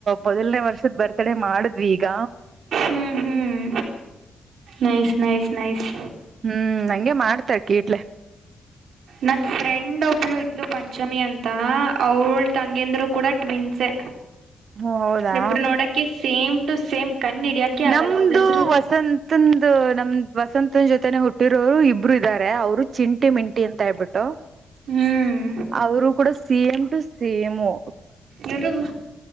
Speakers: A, on the right; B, on the right.
A: ಮೊದಲನೇ ವರ್ಷದ ಬರ್ತಡೆ ಮಾಡಿದ್ವಿ ಈಗ
B: ಹ್ಮ್ ಹ್ಮ್ ನೈಸ್ ನೈಸ್ ನೈಸ್
A: ಹ್ಮ್ ಹಂಗೆ ಮಾಡ್ತಾರೆ ಕೀಟ್ಲೆ
B: ನನ್ನ ಫ್ರೆಂಡ ಒಬ್ಳು ಇದ್ಲು ಪಂಚಮಿ ಅಂತ ಅವಳ ತಂಗಂದ್ರರು ಕೂಡ ಟ್ವಿನ್ಸೆ
A: ಓ ಹೌದಾ
B: ಬ್ರು ನೋಡಕ ಸೇಮ್ ಟು ಸೇಮ್ ಕಣ್ ಹಿಡಿಯಕೆ ಆಗಲ್ಲ
A: ನಮ್ದು
B: ಒಬ್ಳ ಹೆಸರು
A: ವಸಂತಂದ ನಮ್ದ್ ವಸಂತನ್ ಜೊತೆನೆ ಹುಟ್ಟಿರೋರು ಇಬ್ ಒಬ್ರು ಇದ್ದಾರೆ ಅವರು ಚಿಂಟಿ ಮಿಂಟಿ ಅಂತ ಹೇಳ್ಬಿಟ್ಟು
B: ಹ್ಮ್
A: ಅವರು ಕೂಡ ಸಿಎಂ ಟು ಸಿೇಎಮು
B: ಇವರು